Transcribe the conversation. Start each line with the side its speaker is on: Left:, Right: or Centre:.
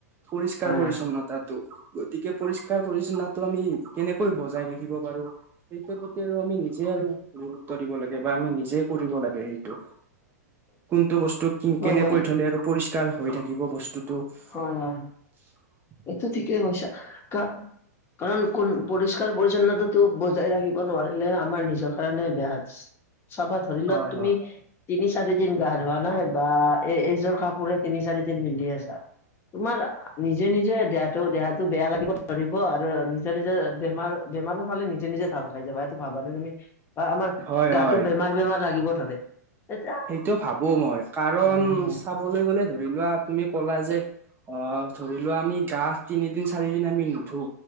Right: পৰিষ্কাৰ
Left: হয়,
Right: পৰিছন্নতাটো। গতিকে পৰিষ্কাৰ পৰিছন্নটো আমি কেনেকৈ বজাই ৰাখিব পাৰোঁ, সেইটোৰ প্ৰতি আৰু আমি নিজে আৰু গুৰুত্ব দিব লাগে বা আমি নিজে কৰিব লাগে সেই সেইটো কোনটো বস্তু
Left: হয়,
Right: কেনেকৈ
Left: হয়,
Right: থলে আৰু পৰিষ্কাৰ হৈ থাকিব বস্তু টোতো
Left: হয়, হয়, এইটো ঠিকেই কৈছা কাৰণ কোন পৰিষ্কাৰ পৰিচন্নতাটো বজাই ৰাখিব নোৱাৰিলে আমাৰ নিজৰ কাৰণে বেয়া আছে। চাবা ধৰি
Right: হয়
Left: লক তুমি তিনি চাৰি দিন গা ধোৱা নাই বা এই এইযোৰ কাপোৰে তিনি চাৰিদিন পিন্ধি আছা। তোমাৰ নি নিজে নিজে দেহাটো দেহাটো বেয়া লাগিব ধৰিব আৰু নিজে নিজে বেমাৰ বেমাৰটো পালে নিজে নিজে ভাল খাই যাবা সেইটো ভাবা নে তমি, বা আমাৰ
Right: হয়
Left: গাটো
Right: হয়
Left: বেমাৰ বেমাৰ লাগিব ধৰে। তেতিয়া
Right: সেইটো ভাবোঁ মই কাৰণ
Left: সেই
Right: চাবলৈ গ'লে ধৰি লোৱা তুমি ক'লা যে অ, ধৰি লোৱা আমি গা তিনিদিন চাৰিদিন আমি নুধো